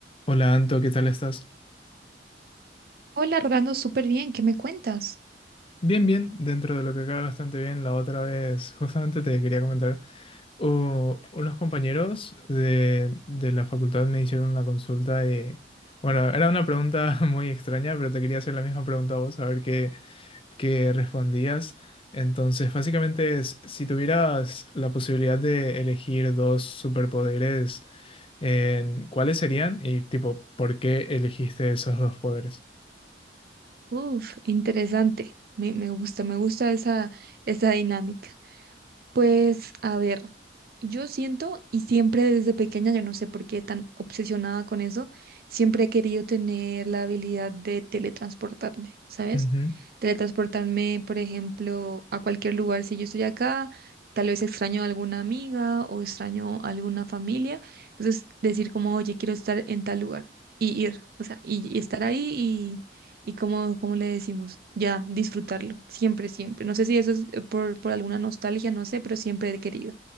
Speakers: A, on the left; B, on the right.
A: Hola Anto, ¿qué tal estás?
B: Hola, Rolando, súper bien, ¿qué me cuentas?
A: Bien, bien, dentro de lo que cabe bastante bien. La otra vez, justamente te quería comentar, u- unos compañeros de, de la facultad me hicieron una consulta y, bueno, era una pregunta <laughs> muy extraña, pero te quería hacer la misma pregunta a vos, a ver qué, qué respondías. Entonces, básicamente es, si tuvieras la posibilidad de elegir dos superpoderes, en- ¿cuáles serían? Y tipo, ¿por qué elegiste esos dos poderes?
B: Uf, interesante. Me, me gusta, me gusta esa, esa dinámica. Pues a ver, yo siento y siempre desde pequeña, yo no sé por qué tan obsesionada con eso, siempre he querido tener la habilidad de teletransportarme, ¿sabes?
A: Ujú,
B: Teletransportarme, por ejemplo, a cualquier lugar. Si yo estoy acá, tal vez extraño a alguna amiga o extraño a alguna familia. Entonces, decir como, oye, quiero estar en tal lugar y ir, o sea, y, y estar ahí y como, como le decimos, ya disfrutarlo, siempre, siempre. No sé si eso es eh, por, por alguna nostalgia, no sé, pero siempre he querido.